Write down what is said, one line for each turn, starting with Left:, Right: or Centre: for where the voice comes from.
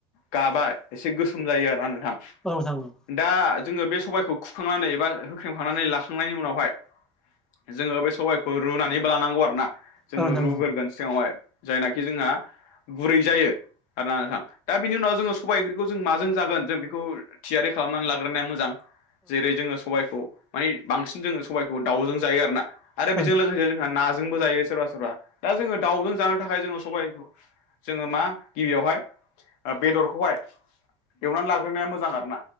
Left: गाबा एसे गोसोम जायो आरोना नोंथां
Centre: औ थांगोन
Left: दा जोङो बे सबायखौ खुखांनानै एबा होख्रेमखांनानै लाखांनायनि उनावहाय जोङो बे सबबायखौ रुनानैबो लानांगौ आरो ना जोङो
Centre: औ नोंथां औ नोंथां
Left: रुगोरगोन
Centre: औ नोंथां औ
Left: सिगाङावहाय जायनाखि जोंहा गुरै जायो आरोना नोंथां दा बिनि उनाव जोङो सबाय ओंख्रिखौ जों माजों जागोन जों बेखौ थियारि खालामनानै लाग्रोनाया मोजां जेरै जोङो सबाइखौ माने बांसिन जोङो सबाइखौ दाउजों जायो आरोना आरो
Centre: औ
Left: बेजों लोगोसे जोंहा नाजोंबो जायो सोरबा सोरबा दा जोङो दाउजों जानो थाखाय जोङो सबाइखौ जोङो मा गिबियावहाय बेदरखौहाय एवनानै लाग्रोनाया मोजां आरोना